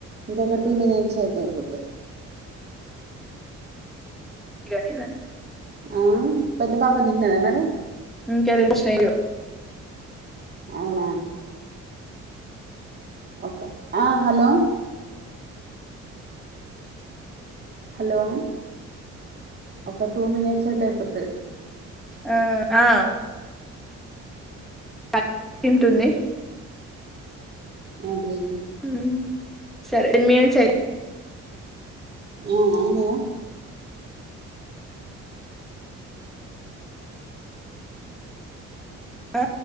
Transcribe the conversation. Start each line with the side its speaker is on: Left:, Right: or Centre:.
Right: ఇంకొక టూ మినిట్స్ అయితే అయిపోతయ్
Centre: ఇంగ మీదని
Right: ఆ పెద్ద పాప తిన్నదా మరి
Centre: ఇంక ఆదిమో స్టైలు
Right: అవునా ఓక ఆ హలో హలో ఒక టూ మినట్స్ అయితే అయిపోతది
Centre: అ ఆ కలిపి చేయింటుంది
Right: అదే ఇది
Centre: హ్మ్. సరే టెన్ మినిట్స్ అయి
Right: ఆ అయినయా
Centre: అ